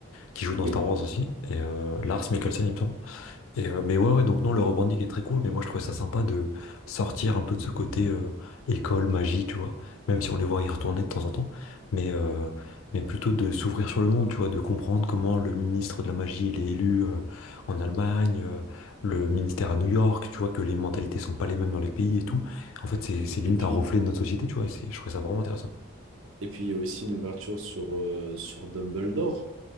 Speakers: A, on the left; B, on the right.
A: qui joue dans
B: Oui.
A: Star Wars aussi, et euh, Lars Mikkelsen, il me semble. Et, euh, mais ouais, ouais, donc non, le rebranding est très cool, mais moi je trouvais ça sympa de sortir un peu de ce côté euh, école, magie, tu vois, même si on les voit y retourner de temps en temps, mais, euh, mais plutôt de s'ouvrir sur le monde, tu vois, de comprendre comment le ministre de la magie il est élu euh, en Allemagne, euh, le ministère à New York, tu vois, que les mentalités sont pas les mêmes dans les pays et tout. En fait, c'est c'est limite
B: Et puis,
A: un reflet de notre société, tu vois, et c'est- je trouvais ça vraiment intéressant.
B: Et puis, il y a aussi une ouverture sur, euh, sur Dumbledore.